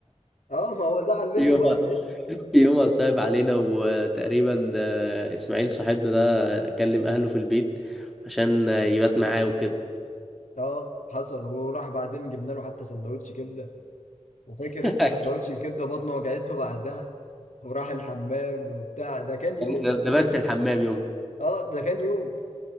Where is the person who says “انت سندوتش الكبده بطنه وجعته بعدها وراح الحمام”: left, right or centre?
Left